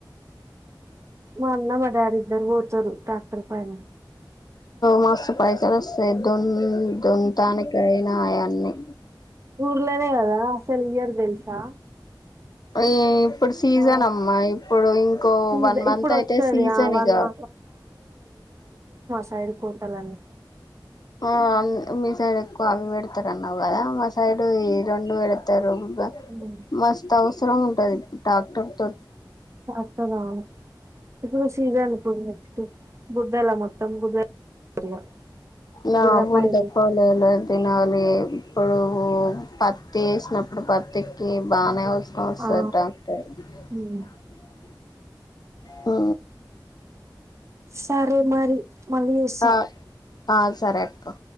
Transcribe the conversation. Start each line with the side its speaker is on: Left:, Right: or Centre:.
Right: మా అన్న మ డాడీ ఇద్దరు కొడతారు టాక్టర్ పైన
Left: మథ్స్ పైసల్ వస్తాయి దోన్ మ్ దొంతానికయినా అయన్ని
Right: ఊర్లనే కదా స ఇయర్ తెలుసా
Left: ఈ ఇప్పుడు సీజన్
Right: ఆ
Left: అమ్మా ఇప్పుడు ఇంకో
Right: సీజ
Left: వన్ మంత్
Right: ఇప్పుడు
Left: అయితే
Right: వస్తది
Left: సీజన్
Right: ఆ వన్
Left: ఇగా
Right: మ సైడి పోతాలని
Left: ఆ మీ సైడ్ ఎక్కువ అవిబెడతార అన్నావ్ కదా మ సైడు ఈ రెండు వెడతారు
Right: ఆ
Left: మస్త్ హౌస్ <unintelligible> ఉంటది డాక్టర్ తో
Right: అసల్ రాను ఇప్పుడు సీజన్ ఇప్పుడు నెక్స్ట్ గుడ్డెల మొత్తం గుడ్ ఇగ
Left: నా
Right: గుడ్ర
Left: బుడిద
Right: పయ
Left: పోలేలు తినాలి ఇప్పుడు పత్తి వేసినప్పుడు పత్తికి బానే వస్ <unintelligible>
Right: ఆ ఉమ్.
Left: ఆ
Right: సరేలే మరి మలి చేస
Left: ఆ ఆ సరే అ